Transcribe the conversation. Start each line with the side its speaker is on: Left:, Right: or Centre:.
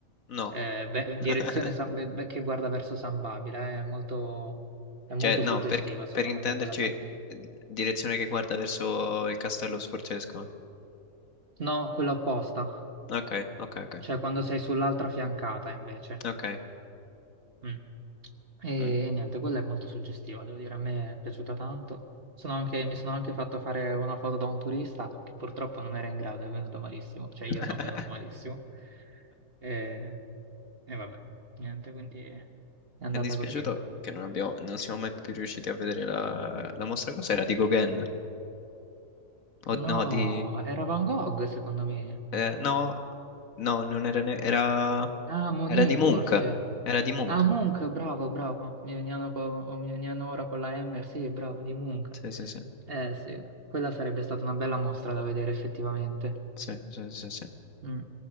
Left: No.
Right: Eh, beh, direzione
Left: <laughs>
Right: San- beh, beh, che guarda verso San Babila, eh, è molto, è molto
Left: Cioè, no,
Right: suggestiva,
Left: per,
Right: secondo
Left: per intenderci,
Right: me, quella parte.
Left: eh, direzione che guarda verso il castello sforzesco.
Right: No, quella opposta,
Left: Ok, ok, ok,
Right: cioè quando sei sull'altra fiancata, invece.
Left: ok.
Right: Mm. E
Left: Mm.
Right: e niente, quella è molto suggestiva, devo dire, a me è piaciuta tanto. Sono anche- mi sono anche fatto fare una foto da un turista che purtroppo non era in grado, è venuto malissimo, cioè io
Left: <laughs>
Right: sono venuto malissimo. E, e vabbè, niente, quindi è andata
Left: Mi è dispiaciuto
Right: così.
Left: che non abbiamo, non siamo mai più riusciti a vedere la, la mostra. Cos'era? Di Gauguin? O,
Right: No,
Left: no, di...
Right: era Van Gogh secondo me.
Left: eh, no, no, non era, ne- era...
Right: Ah, Monet
Left: Era di
Right: forse.
Left: Munch. Era di Munch.
Right: Ah, Munch, bravo, bravo. Mi venivano, co- o mi venivano ora con la M, sì, bravo, di Munch.
Left: Sì, sì, sì.
Right: Eh sì, quella sarebbe stata una bella mostra da vedere effettivamente.
Left: Sì, sì, sì, sì.
Right: Mm.